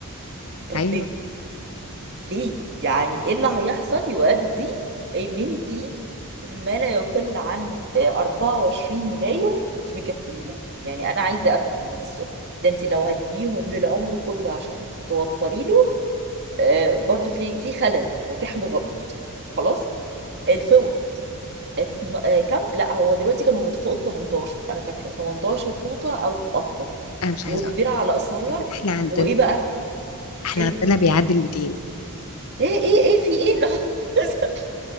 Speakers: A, on the right (about 50°); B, on the left (about 80°).
A: <laughs> طب
B: ايوه
A: ليه ليه يعني ايه اللي هيحصل يؤدي ان انت ما لا يقل عن آه، 24 ملاية مش مكفيين يعني انا عايزة افهم السؤال ده انت لو هتجيبيهم للعمر كله عشان توفري له آه، برضو في في خلل هو في حاجة غلط خلاص الفوط اتن- آه، كام لا هو دلوقتي كانوا فوق ال 18 انا فاكره 18 فوطه او اكتر
B: انا مش
A: وكبيره
B: عايزه اقول
A: على قصير
B: ان احنا عندنا
A: وايه بقى
B: احنا
A: ايه
B: عندنا بيعدي ال 200
A: ايه ايه ايه في ايه اللي حصل؟ <laughs>